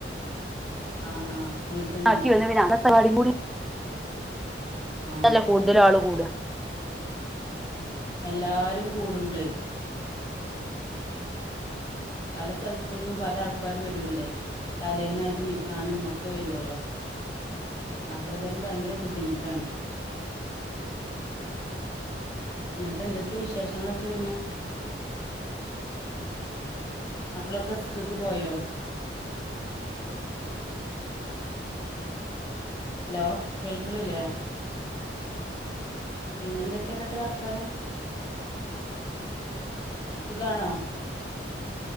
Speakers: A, on the left; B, in the centre.
A: ആ ആ വീട്ടിന്ന്
B: ക്കി വന്ന പിന്നെ അന്നത്തെപാടി കൂടി
A: ആ
B: അല്ല കൂടുതല്ആള് കൂടും.
A: എല്ലാരും കൂടുമ്പ്ളേ പല സ്ഥലത്തു നിന്നും പല ആൾക്കാര് വരുവല്ലേ? തലേന്നായിട്ട് നിക്കാനും ഒക്കെ വരുവല്ലോ? അപ്പൊ ഏതാലും ഭയങ്കര ബുദ്ധിമുട്ടാണ്. എന്നിട്ട് എന്തൊക്കെയ വിശേഷങ്ങളൊക്കെ പിന്നെ? മക്കളൊക്കെ സ്കൂക്ക് പോയോ? ലോ കേൾക്കണില്ലേ? പിന്നെന്തൊക്കെയാ ന്നിട്ട് വർത്താനം? സുഖാണോ?